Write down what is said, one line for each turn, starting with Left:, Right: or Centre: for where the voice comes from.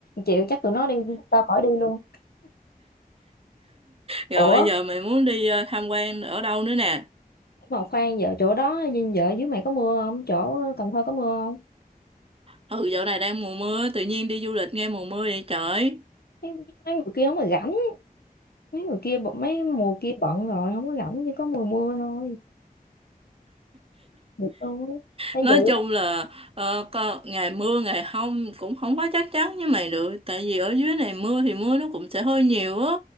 Left: chịu chắc tụi nó đi tao khỏi đi luôn
Right: rồi
Left: ủa
Right: giờ mày muốn đi ờ, tham quan ở đâu nữa nè
Left: mà khoan giờ chỗ đó nhìn vợ dưới mày có mưa không chỗ Cần Thơ có mưa không
Right: Ừ dạo này đang mùa mưa Tự nhiên đi du lịch nghe mùa mưa vậy trời
Left: mấy, mấy người kia không mà rảnh mấy người kia bận- mấy mùa kia bận rồi không có rảnh chỉ có mùa mưa thôi được luôn á. thấy
Right: nói
Left: vậy
Right: chung là ờ, có, ngày mưa ngày không cũng không có chắc chắn với mày được tại vì ở dưới này mưa thì mưa nó cũng sẽ hơi nhiều á